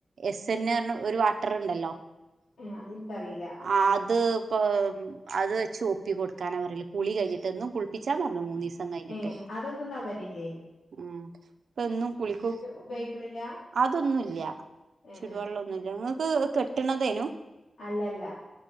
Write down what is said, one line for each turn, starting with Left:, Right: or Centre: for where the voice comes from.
Right: എസ് എൻ എ അർണ ഒരു വാട്ടർണ്ടല്ലോ
Left: ഏഹ് അതെനിക്കറിയില്ല
Right: ആ അത് പ്പൊ അത് വെച്ച് ഒപ്പി കൊടുക്കാനാ പറല്. കുളി കഴിഞ്ഞിട്ട്. എന്നും കുൾപ്പിച്ചാ പറഞ്ഞു മൂന്നീസം. കഴിഞ്ഞിട്ട്
Left: ഏഹ്. അതൊന്നും ന്നാഇവനില്ലേ നി
Right: ഉം. പ്പെന്നും കുളിക്കും.
Left: ഉപയോഗിക്കണില്ല
Right: അതൊന്നുല്ല്യാ
Left: ഏഹ്
Right: ചുടുവള്ളന്നുല്ല.
Left: ഏഹ്
Right: ങ്ങക്ക് കെട്ട്ണതേനു
Left: അല്ലല്ല